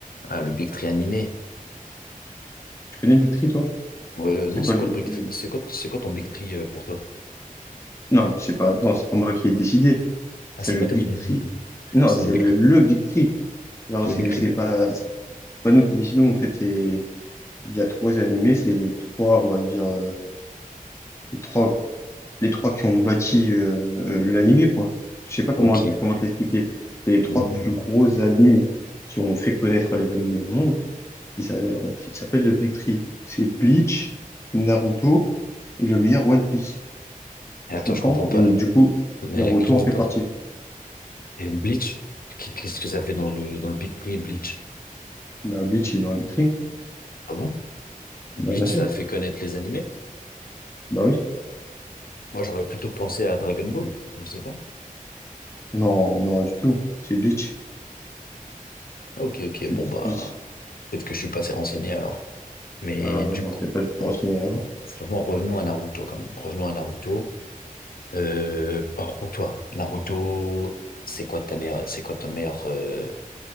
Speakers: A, on the left; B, on the left.
A: Ah, le Big Tree animé?
B: Tu connais le Big Three, toi?
A: Euh,
B: C'est
A: non, c'est
B: quoi les,
A: quoi le Big
B: les-
A: Three- C'est quoi, c'est quoi ton Big Tree euh, pour toi?
B: Non, mais c'est pas, non, c'est pas moi qui ai décidé.
A: Ah,
B: C'est
A: c'est
B: le
A: pas
B: Big
A: toi qui l'as
B: Three.
A: vu.
B: Non,
A: C'est
B: c'est
A: le Big
B: le,
A: Three-
B: le Big Three. Genre,
A: Le
B: c'est,
A: Big Tree.
B: c'est pas, c'est pas nous qui décidons, en fait, c'est, il y a trois animés, c'est les trois, on va dire, euh, les trois les trois qui ont bâti euh, l'animé, quoi. Je sais pas
A: Ok.
B: comment, comment te l'expliquer. C'est les trois
A: Mmh.
B: plus gros animes qui ont fait connaître les animés dans le monde. Ils s'a- ils s'appellent le Big Three. C'est Bleach, Naruto et le meilleur One Piece.
A: Attends,
B: Tu comprends?
A: je comprends pas,
B: Et du
A: là.
B: coup,
A: Il y
B: Naruto
A: a quelque chose
B: en
A: que j'ai
B: fait
A: pas
B: partie.
A: compris. Et Bleach, qu- qu'est-ce que ça fait dans le, dans le Big Three Bleach?
B: Bah, Bleach, il est dans le Big Three.
A: Ah bon? Bleach,
B: Bah, bien sûr.
A: ça a fait connaître les animés?
B: Bah oui.
A: Moi, j'aurais plutôt pensé à Dragon Ball, je sais pas.
B: Non, non, du tout. C'est Bleach.
A: Ah, ok, ok,
B: C'est
A: bon,
B: Bleach,
A: bah,
B: Bleach.
A: peut-être que je suis pas assez renseigné alors. Mais
B: Ah ouais,
A: du
B: non,
A: coup,
B: t'es pas du tout
A: on-
B: renseigné, hein.
A: on- franchement, revenons à Naruto quand même. Revenons à Naruto. Euh, alors pour toi, Naruto, c'est quoi ta meilleure, c'est quoi ton meilleur, euh,